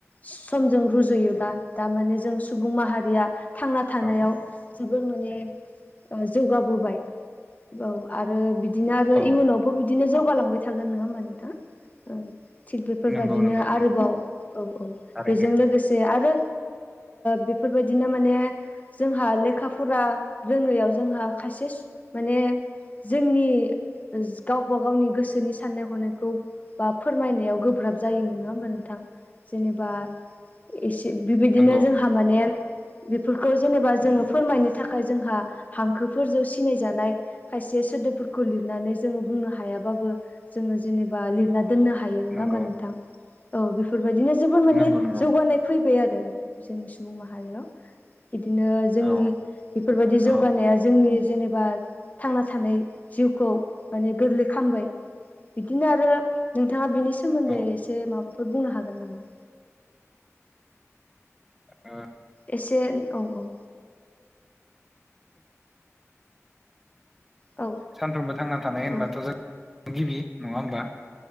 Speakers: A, on the left; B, in the centre.
A: समजों रुजुयोबा दामाने जों सुबुं माहारिया थांना थानायाव
B: औ
A: जोबोर माने जौगाबोबाय औ आरो बिदिनो आरो
B: औ
A: इयुनाव बो बिदिनो जौगालांबाय थागोन नङा होमबा नोंथां थिग बेफोरबादिनो
B: नंगौ नंगौ नंगौ
A: आरोबाव औ औ
B: थारैनो
A: बेजों लोगोसे आरो बेफोरबायदिनो माने जोंहा लेखाफोरा रोङैआव जोंहा खायसे माने जोंनि गावबा गावनि गोसोनि साननाय हनायखौ बा फोरमायनायाव गोब्राब जायोमोन नङा होमबा नोंथां जेनेबा एसे बिबायदिनो
B: नंगौ
A: जोंहा माने बेफोरखौ जेनेबा जोङो फोरमायनो थाखाय जोंहा हांखोफोरजों सिनायजानाय खायसे सोदोबफोरखौ लिरनानै जोङो बुंनो हायाबाबो जोङो जेनेबा बा लिरना दननो हायो नङा
B: नंगौ
A: ओमबा नोंथां? औ बेफोरबायदिनो जबो माने
B: नंगौ नंगौ
A: जौगानाय फैबाय आरो जोंनि सुबुं माहारियाव बिदिनो जोंनि
B: औ
A: बेफोरबायदि जौगानाया
B: औ
A: जोंनि जेनेबा थांना थानाय जिउखौ माने गोरलै खालामबाय बिदिनो आरो नोंथाङा बिनि सोमोन्दै
B: औ
A: एसे माबाफोर बुंनो हागोन नामा?
B: औ।
A: एसे औ औ। औ
B: सानफ्रोमबो थांना थानाय होनबाथ'
A: औ
B: जों गिबि नङा होमबा